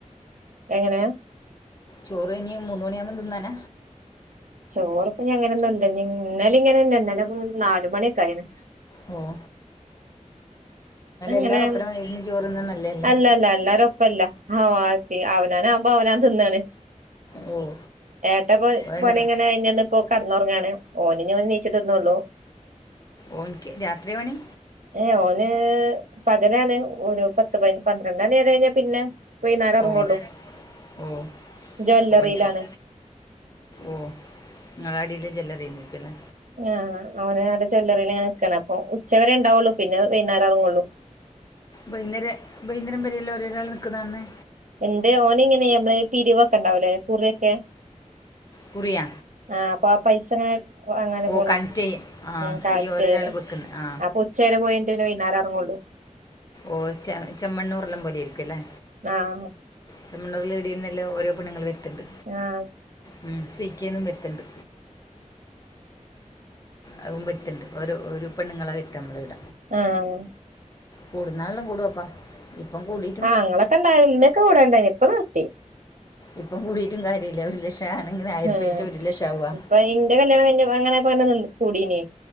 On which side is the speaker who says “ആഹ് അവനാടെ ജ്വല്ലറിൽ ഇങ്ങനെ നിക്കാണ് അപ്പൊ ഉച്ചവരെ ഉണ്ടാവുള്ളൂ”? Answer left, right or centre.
Right